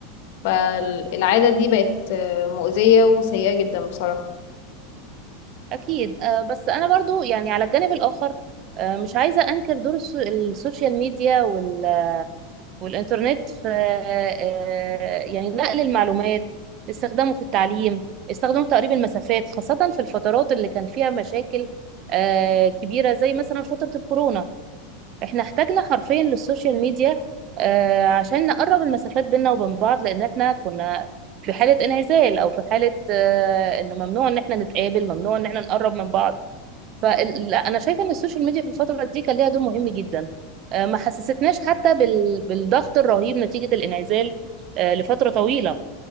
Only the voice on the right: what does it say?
اكيد آه، بس انا برضو يعني على الجانب الاخر آه، مش عايزه انكر دور السو- السوشيال ميديا وال- والانترنت في آه، يعني نقل المعلومات استخدامه في التعليم استخدامه في تقريب المسافات خاصه في الفترات اللي كان فيها مشاكل آه، كبيره زي مثلا فتره الكورونا احنا احتاجنا حرفيا للسوشيال ميديا آه، عشان نقرب المسافات بيننا وبين بعض لان احنا كنا في حاله انعزال او في حاله آه، ان ممنوع ان احنا نتقابل ممنوع ان احنا نقرب من بعض فانا شايفه ان السوشيال ميديا في الفتره دي كان ليها دور مهم جدا آه، ما حسستناش حتى بال... بالضغط الرهيب نتيجه الانعزال آه، لفتره طويله